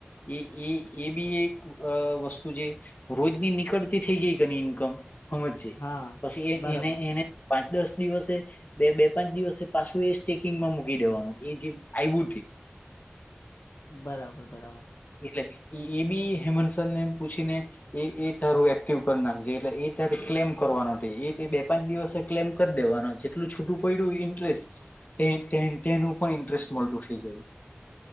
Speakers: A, on the left; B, on the left.
A: એ એ એ બી એક વસ્તુ જે રોજની નીકળતી થઈ ગઈ કેની ઇન્કમ સમજ
B: હા
A: પછી એ
B: બરાબર
A: એને એને પાંચ દસ દિવસે બે બે પાંચ દિવસે પાછ એ સ્ટેકિંગમાં મૂકી દેવાનું એ જે આયવુ
B: બરાબર બરાબર
A: એટલે એ બી હેમંતસર ને પૂછીને એ એ તારું એક્ટિવ કરી નાખજે એટલે એ ત ક્લેમ કરવાનો એ તે બે પાંચ દિવસે ક્લેમ કરી દેવાનો જેટલું છૂટું પડ્યું ઇન્ટરેસ્ટ ટેન ટેન ટેન ઉપર ઇન્ટરેસ્ટ મળતું થઈ જાય.